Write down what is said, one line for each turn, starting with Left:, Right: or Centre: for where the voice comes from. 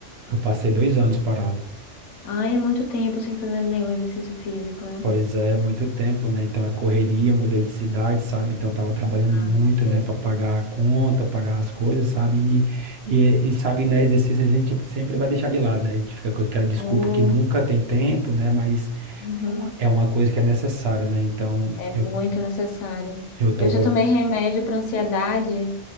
Right: Eu passei dois anos parado.
Left: Ai, é muito tempo sem fazer nenhum exercício físico, né?
Right: Pois é, muito tempo, né? Então é correria, mudei de cidade, sabe? Então eu tava trabalhando
Left: Ai,
Right: muito,
Left: sei.
Right: né, Pra pagar a conta, pagar as coisas, sabe? E, e, e, sabe, né, exercício a gente sempre vai deixar de lado, né? A gente fica com aquela desculpa
Left: Oh,
Right: que nunca tem tempo, né? Mas
Left: uhum.
Right: é uma, é uma coisa que é necessária, né? Então
Left: É
Right: eu,
Left: muito necessário.
Right: eu tô
Left: Eu já
Right: voltando.
Left: tomei remédio para ansiedade